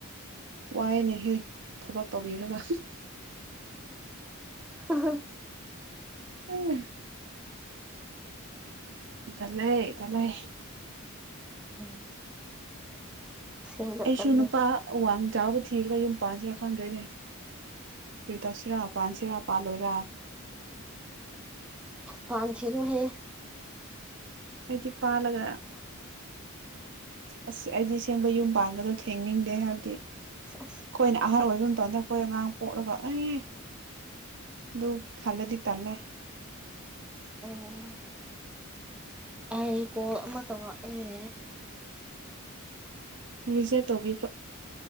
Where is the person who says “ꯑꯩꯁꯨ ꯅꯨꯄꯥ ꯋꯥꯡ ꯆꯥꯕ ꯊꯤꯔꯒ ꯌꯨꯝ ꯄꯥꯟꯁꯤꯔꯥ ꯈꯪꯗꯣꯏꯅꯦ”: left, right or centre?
Right